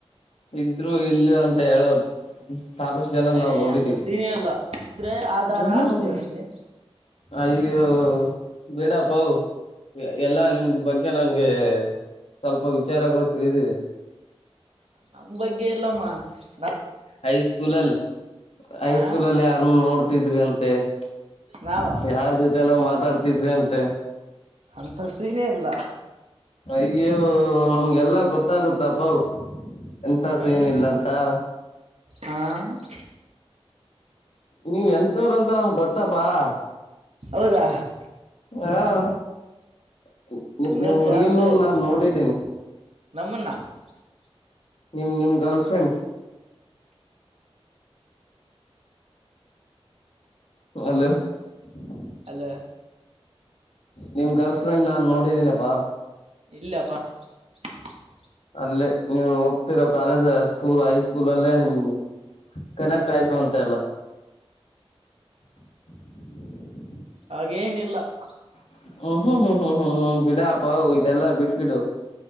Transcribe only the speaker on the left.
ಇದ್ರು ಇಲ್ಲಿ ಅಂತ ಹೇಳೋರು. <inaudible> ಜನ
ನಾವ್ ನೋಡಿದೀವಿ
ಹ್ಮ್
ಹ್ಮ್
ಅಯ್ಯೋ, ಬಿಡಪ್ಪೋ, ಎಲ್ಲಾ, ನಿಮ್ದ, ಬಗ್ಗೆ ನನ್ಗೆ ಸ್ವಲ್ಪ, ವಿಚಾರಗಳು? <inaudible> ತಿಳಿದಿದೆ. <inaudible>
ಹೈ, ಸ್ಕೂಲಲ್ಲಿ, ಹೈಸ್ಕೂಲಲ್ಲಿ,
ಯಾರನ್ನು, ನೋಡು.. <inaudible> ತಿದುಡ್ರಿಯಂತೆ. <inaudible>
ಯಾರ್, ಜೊತೆ, ನಾವು ಮಾತಾಡ್ತಿದ್ರಿ! ಅಂತೆ. <inaudible>
ಅಯ್ಯೋ, ನಮ್ಗೆಲ್ಲ! <inaudible> ಗೊತ್ತಾಗುತ್ತಪ್ಪ, ಎಂತ,
ಸೀನ್, ಇಲ್ಲ, ಅಂತ. <inaudible>
ನೀವ್, ಎಂತವ್ರ, ಅಂತ ನಮಗೆ, ಗೊತ್ತಪಾ. <inaudible>
ಹಾ.. <inaudible>
ನಿಮ್, ಹುಡುಗಿನ್,
ನಾನ್, ನೋಡಿದ್ದೀನಿ. <inaudible>
ನಿಮ್, ನಿಮ್, ಗಾರ್ಲ್ಫ್ರೆಂಡ್. <inaudible> ಹಲೋ. <inaudible>
ನಿಮ್, ಗರ್ಲ್ಫ್ರೆಂಡ್, ನಾನ್, ನೋಡಿದೀನಪ್ಪಾ. <inaudible>
ಅಲ್ಲೇ, ನೀವು ಹೋಗ್ತಿರೋ! ಕಾಲೇಜ್ ಸ್ಕೂಲ್ ಹೈ ಸ್ಕೂಲ್ ಅಲ್ಲೇ ನಿಮ ಕನೆಕ್ಟ್ ಆಯ್ತು ಅಂತೆ, ಅಲ್ಲಾ. <inaudible>
ಹ್ಮ್ಮ್. <inaudible> ಹ್ಮ್, ಹ್ಮ್, ಹ್ಮ್, ಹ್ಮ್, ಹ್ಮ್, ಬಿಡಪ ಇದೆಲ್ಲಾ ಬಿಟ್ಬಡು. <inaudible>